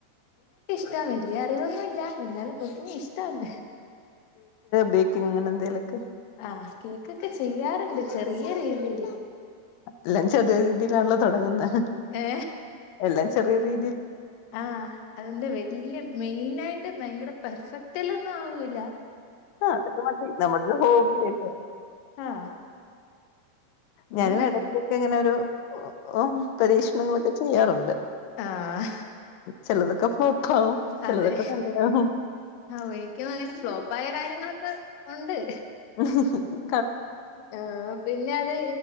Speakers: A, on the left; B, on the left.
A: റ്റ വല്ല്യറിവൊന്നുല്ല എന്നാലും കുക്കിങ്ങ് ഇഷ്ടാണ്
B: ബേക്കിങ്ങനെന്തേലക്കെ
A: ആ കേക്കൊക്കെ ചെയ്യാറുണ്ട് ചെറിയ രീതില്
B: എല്ലാം ചെറിയ രീതിയിലാണല്ലോ തുടങ്ങുന്നത്
A: ഏ
B: എല്ലാം ചെറിയ രീ
A: ആ അതിന്റെ വല്യ മെയിൻ ആയിട്ട് ഭയങ്കര പെർഫെക്റ്റ്ല്ല ഒന്നും ആവൂ ല്ല
B: ആ അതക്കെ മതി നമ്മട ഹോബിയയിട്ട
A: ആ ഇങ്ങനെ
B: ഞാനും ഇടക്കൊക്കെ ഇങ്ങനെ ഒരു ഒഹ് ഒഹോ പരീക്ഷണങ്ങളൊക്കെ ചെയ്യാറുണ്ട്
A: ആഹ്
B: ചിലതൊക്കെ ഫ്ലോപ്പ് ആവും ചിലതൊക്കെ
A: അതെ
B: നല്ലതാവും
A: ആ എനിക്കും അങ്ങനെ ഫ്ലോപ്പ് പയ കാര്യങ്ങൊക്ക ഉണ്ട്
B: മ്
A: ആ പിന്നെ അത്